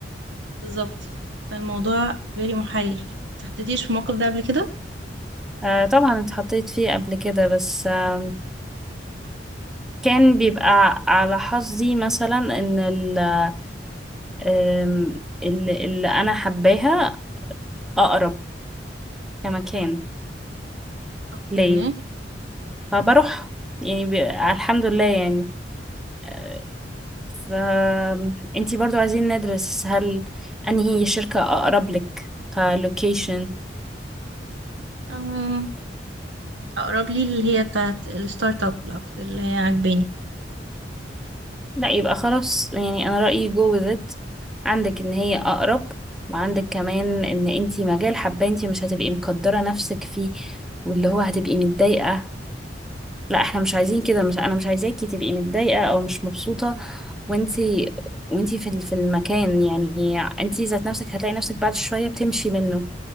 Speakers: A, on the right; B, in the centre.
A: بالظبط فالموضوع very محايل متحطيتيش في الموقف ده قبل كده؟
B: آه، طبعا اتحطيت فيه قبل كده بس آم، كان بيبقى على حظي مثلا ان ال- آم، اللي, اللي انا حباها اقرب كمكان
A: اوكي
B: ليا فبروح يعني بي- الحمد لله يعني آه، فانتي برضو عايزين ندرس هل انهي شركة اقرب لك كلوكيشن
A: أم، أقرب لي اللي هي بتاعت الستارت اب الأك- اللي هي عجباني
B: لا يبقى خلاص يعني انا رأيي جو with it عندك ان هي اقرب وعندك كمان ان انتي مجال حابة انتي مش هتبقي مقدرة نفسك فيه واللي هو هتبقي متضايقة لا احنا مش عايزين كده مش انا مش عايزاكي تبقي متضايقة او مش مبسوطة وانتي وانتي في ال- في المكان يعني انتي ذات نفسك هتلاقي نفسك بعد شوية بتمشي منه